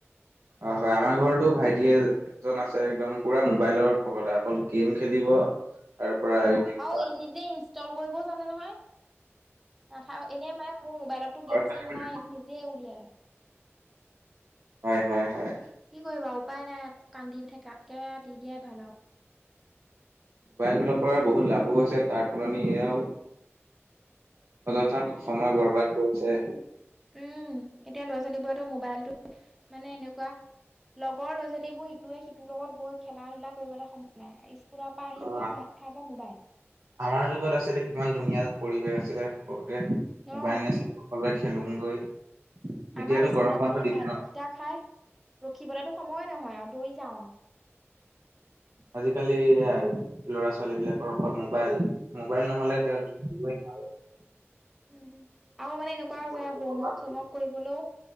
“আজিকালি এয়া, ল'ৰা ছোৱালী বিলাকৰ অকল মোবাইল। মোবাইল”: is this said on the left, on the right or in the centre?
Right